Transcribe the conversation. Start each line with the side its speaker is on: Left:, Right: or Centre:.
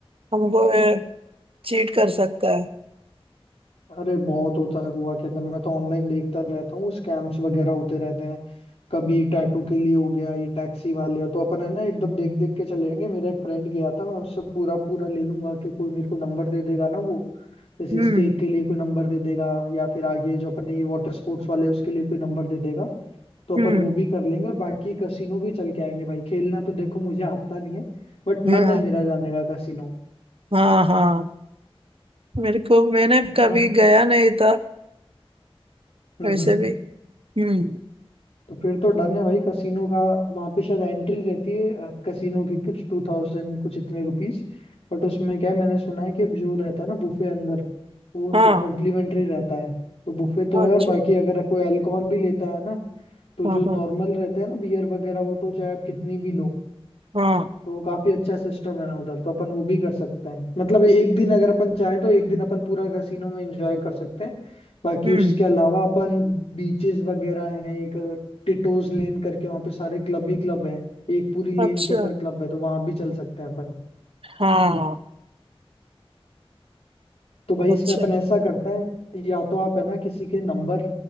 Right: हमको चीट कर सकता है
Left: अरे बहुत होता है गोवा के अंदर मैं तो ऑनलाइन देखता रहता हूँ स्कैम्स वगैरह होते रहते हैं कभी टैटू के लिए हो गया ये टैक्सी वाले तो अपन है ना एकदम देख देख के चलेंगे मेरा एक फ्रेंड गया था मैं उससे पूरा पूरा ले लूंगा कि कोई मेरे को नंबर दे देगा ना वो जैसे
Right: हम्म
Left: स्टेक के लिए कोई नंबर दे देगा या फिर आगे जो अपने ये वाटर स्पोर्ट्स वाले हैं, उसके लिए कोई नंबर दे देगा तो
Right: हम्म
Left: अपन वो भी कर लेंगे और बाकी कसिनो भी चल के आएंगे भाई खेलना तो देखो मुझे आता नहीं है बट मन
Right: हाँ
Left: है मेरा जाने का कसिनो
Right: हाँ हाँ मेरे को मैंने कभी
Left: ना
Right: गया नहीं था
Left: हम्म
Right: वैसे
Left: हम्म
Right: भी हम्म
Left: तो फिर तो डन है भाई कसिनो का वहां पे शायद एंट्री रहती है कसिनो की कुछ टू थाउजेंड कुछ इतने रुपीस बट उसमें क्या है मैंने सुना है कि जो रहता है ना बुफे अंदर वो
Right: हाँ
Left: कॉम्प्लीमेंट्री रहता है तो बुफे
Right: अच्छा
Left: तो है और बाकी अगर कोई अल्कोहल भी लेता है ना तो
Right: हाँ
Left: जो नॉर्मल
Right: हाँ
Left: रहते हैं ना बियर वगैरह वो तो चाहे आप कितनी भी लो
Right: हाँ
Left: तो वो काफी अच्छा सिस्टम है उधर तो अपन वो भी कर सकते हैं मतलब एक दिन अगर अपन चाहें तो एक दिन अपन पूरा कैसीनो में एंजॉय कर सकते हैं बाकी
Right: हम्म
Left: उसके अलावा अपन बीचेस वगैरह हैं एक टिटोज लेन करके वहाँ पे सारे क्लब ही क्लब हैं एक पूरी
Right: अच्छा
Left: लेन के अंदर क्लब है तो वहां भी चल सकते हैं अपन
Right: हाँ
Left: तो भाई इसमें
Right: अच्छा
Left: अपन ऐसा करते हैं या तो आप है ना किसी के नंबर